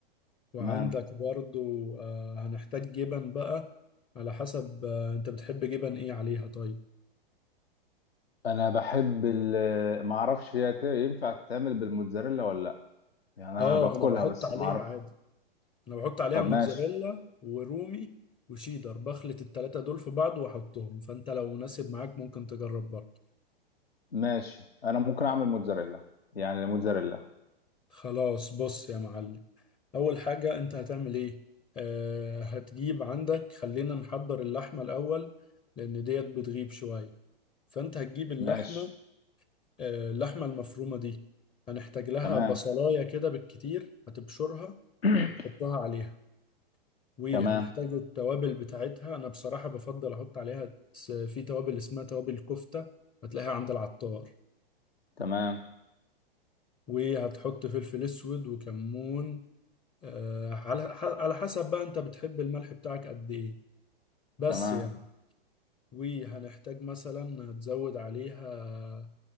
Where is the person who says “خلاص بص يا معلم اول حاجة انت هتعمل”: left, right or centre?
Left